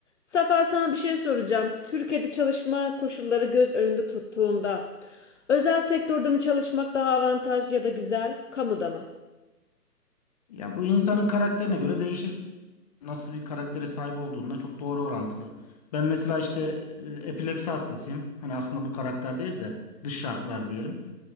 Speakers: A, on the left (about 45°); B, on the left (about 25°).
A: Safa sana bir şey soracağım. Türkiye'de çalışma koşulları göz önünde tuttuğunda özel sektörde mi çalışmak daha avantajlı ya da güzel, kamuda mı?
B: Ya bu insanın karakterine göre değişir. Nasıl bir karaktere sahip olduğuna çok doğru orantılı. Ben mesela işte e, epilepsi hastasıyım. Hani aslında bu karakter değil de dış şartlar diyelim.